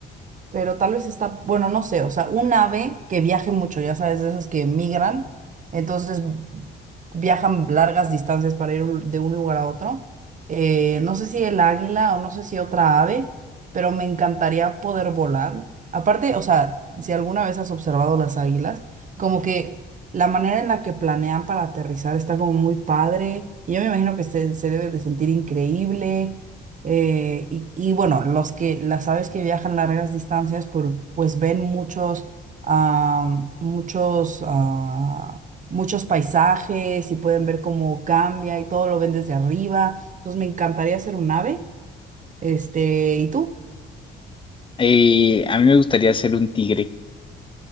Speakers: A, on the right; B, on the left.
A: pero tal vez está, bueno, no sé, o sea, un ave que viaje mucho, ya sabes, de esas que migran, entonces viajan largas distancias para ir de un lugar a otro. Eh, no sé si el águila o no sé si otra ave, pero me encantaría poder volar. Aparte, o sea, si alguna vez has observado las águilas, como que la manera en la que planean para aterrizar está como muy padre, y yo me imagino que se, se debe de sentir increíble. Eh, y, y bueno, los que, las aves que viajan largas distancias, por- pues ven muchos, am, muchos, ah, muchos paisajes y pueden ver cómo cambia y todo lo ven desde arriba. Entonces me encantaría ser un ave. Este, ¿y tú?
B: Eh, a mí me gustaría ser un tigre.